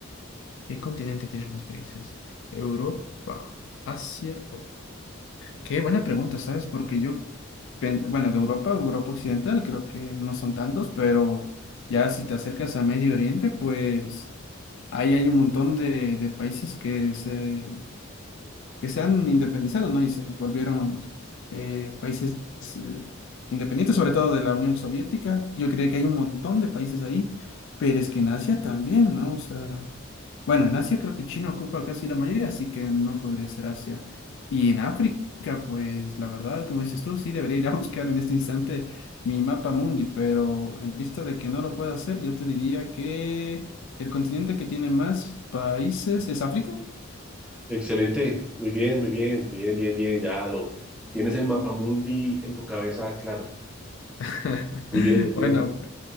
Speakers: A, on the left; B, in the centre.
A: ¿Qué continente tiene más países? Europa, Asia, Qué buena pregunta, ¿sabes? Porque yo, pen- bueno, de Europa, Europa Occidental, creo que no son tantos, pero ya si te acercas a Medio Oriente, pues ahí hay un montón de, de países que se, que se han independizado, ¿no? Y se volvieron eh, países eh, independientes, sobre todo de la Unión Soviética. Yo creo que hay un montón de países ahí, pero es que en Asia también, ¿no? O sea... Bueno, en Asia creo que China ocupa casi la mayoría, así que no podría ser Asia. Y en África, pues la verdad, como dices tú, sí debería ir a <laughs> buscar en este instante mi mapa mundi, pero en vista de que no lo puedo hacer, yo te diría que el continente que tiene más países es África.
B: Excelente, muy bien, muy bien, muy bien, bien, bien, ya lo tienes el mapa mundi en tu cabeza, claro.
A: <laughs>
B: Muy bien, muy
A: Bueno,
B: bien.
A: pues,